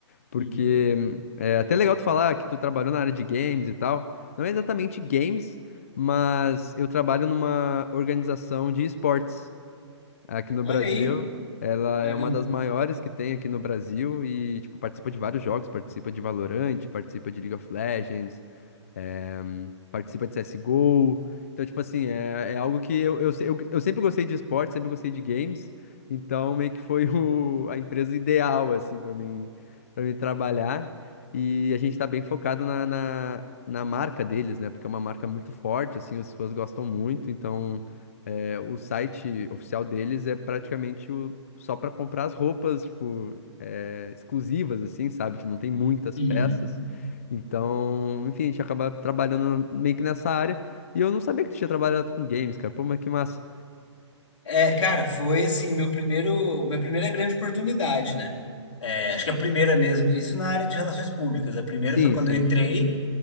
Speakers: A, on the left; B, on the left.
A: Porque
B: Uhum.
A: é até é legal tu falar que tu trabalhou na área de games e tal. Não é exatamente games, mas eu trabalho numa organização de esportes aqui no
B: Olha
A: Brasil.
B: aí,
A: Ela
B: caramba.
A: é uma das maiores que tem aqui no Brasil e, tipo, participa de vários jogos, participa de Valorant, participa de League of Legends, é, participa de CSGO. Então, tipo assim, é, é algo que eu, eu, se- eu, eu sempre gostei de esporte, sempre gostei de games. Então, meio que foi o, a empresa ideal, assim, para mim, para mim trabalhar. E a gente tá bem focado na, na, na marca deles, né? Porque é uma marca muito forte, assim, os fãs gostam muito. Então, é, o site oficial deles é praticamente o, só para comprar as roupas, tipo, é, exclusivas, assim, sabe? Tipo, Não tem muitas
B: Uhum.
A: peças. Então, enfim, a gente acaba trabalhando meio que nessa área. E eu não sabia que tu tinha trabalhado com games, cara. Pô, mas que massa.
B: É, cara, foi assim, meu primeiro, minha primeira grande oportunidade, né? É, acho que a primeira mesmo, isso na área de relações públicas. A primeira
A: Sim,
B: foi quando
A: sim,
B: eu entrei.